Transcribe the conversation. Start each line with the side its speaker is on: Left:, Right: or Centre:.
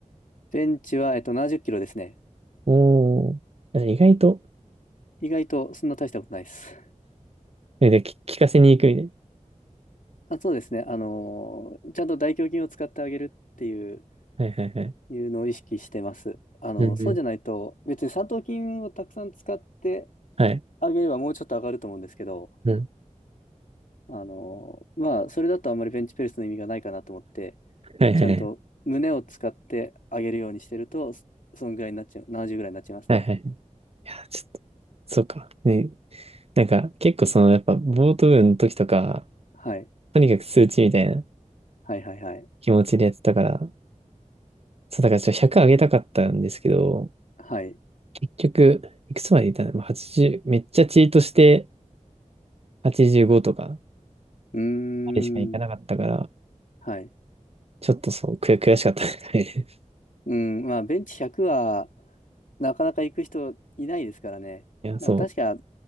Left: ベンチは、えっと、70キロですね。
Right: おー、あ意外と、
Left: 意外とそんな大したことないです。
Right: えで、き聞かせに行くみたいな。
Left: あ、そうですね。あのーちゃんと大胸筋を使ってあげるっていう
Right: はいはいはい。
Left: いうのを意識してます。あの、
Right: うんうん。
Left: そうじゃないと、別に三頭筋をたくさん使って
Right: はい。
Left: あげればもうちょっと上がると思うんですけど、
Right: うん。
Left: あの、まあ、それだとあんまりベンチプレスの意味がないかなと思って、
Right: はいはいはい。
Left: ちゃんと胸を使って上げるようにしてると、そそんぐらいになっちゃう、70ぐらいになっちゃいますね。
Right: はいはい。いや、ちょっと、そうか。ね、なんか、結構その、やっぱ、ボート部の時とか、
Left: はい。
Right: とにかく数値みたいな
Left: はいはいはい。
Right: 気持ちでやってたから、そう、だからちょっと100上げたかったんですけど、
Left: はい。
Right: 結局、いくつまでいたのまあ ?80、めっちゃチートして85とか、
Left: うーん。
Right: あれしかいかなかったから、
Left: はい。
Right: ちょっとそう、悔、悔しかったですね。
Left: うん。まあ、ベンチ100は、なかなか行く人いないですからね。
Right: <laughs> いや、
Left: なんか確か
Right: そ